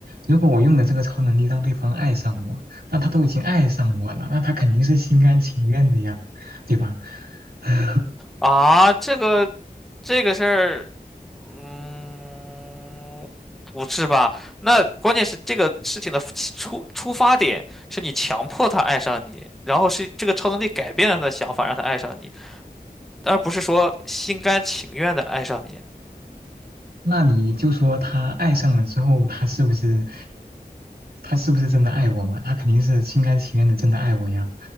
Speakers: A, on the right; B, in the centre.
A: 如果我用了这个超能力让对方爱上我，那他都已经爱上我了，那他肯定是心甘情愿的呀，对吧？<laughs>
B: 啊，这个这个事儿，嗯，不是吧？那关键是这个事情的起出出发点是你强迫他爱上你，然后是这个超能力改变了他的想法，让他爱上你，而不是说心甘情愿的爱上你。
A: 那你就说他爱上了之后，他是不是他是不是真的爱我嘛？他肯定是心甘情愿的真的爱我呀。